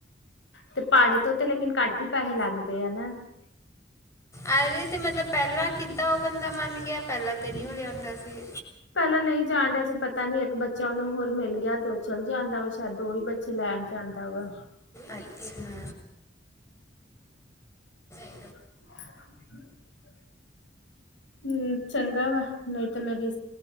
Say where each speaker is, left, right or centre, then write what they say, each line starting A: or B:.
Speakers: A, on the left (about 85°); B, on the left (about 15°).
A: ਤੇ ਪਾੜੇ ਤੋਂ ਤੇ ਲੇਕਿਨ ਘੱਟ ਹੀ ਪੈਸੇ ਲਗਦੇ ਐਨਾ। <unintelligible>
B: ਏਵੇਂ ਤੇ ਮਤਲਬ ਪਹਿਲਾਂ ਕਿਦਾ ਉਹ ਬੰਦਾ ਮਨ ਗਿਆ। ਪਹਿਲਾ ਤੇ ਨਹੀਂ ਉਹ ਲਿਆਂਦਾ ਸੀ।
A: ਪਹਿਲਾ ਨਹੀਂ ਜਾਣ ਡਿਆ ਸੀ ਪਤਾ ਨਹੀਂ ਇਕ ਬੱਚਾ ਉਹਨੂੰ ਹੋਰ ਮਿਲ ਗਿਆ ਫੇਰ ਚਲ ਜਾਂਦਾ ਵਾ ਸ਼ਾਇਦ ਦੋ ਹੀ ਬੱਚੇ ਲੈਨ ਜਾਂਦਾ ਵਾਂ।
B: ਅੱਛਾ <inaudible>
A: <inaudible> ਹੁ ਚੰਗਾ ਵਾਂ ਨਹੀਂ ਤੇ ਮੇਰੀ